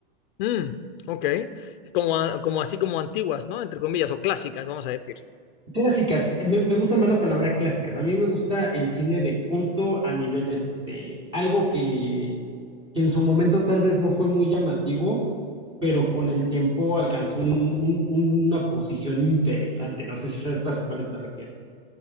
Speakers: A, on the left; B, on the right.
A: Mm, ok. Como, a- como así como antiguas, ¿no? Entre comillas, o clásicas, vamos a decir.
B: Clásicas, eh, me, me gusta más la palabra clásicas. A mí me gusta el cine de culto a nivel este, algo que, que en su momento tal vez no fue muy llamativo, pero con el tiempo alcanzó un- un- una posición interesante. No sé si sabes a cuáles me refiero.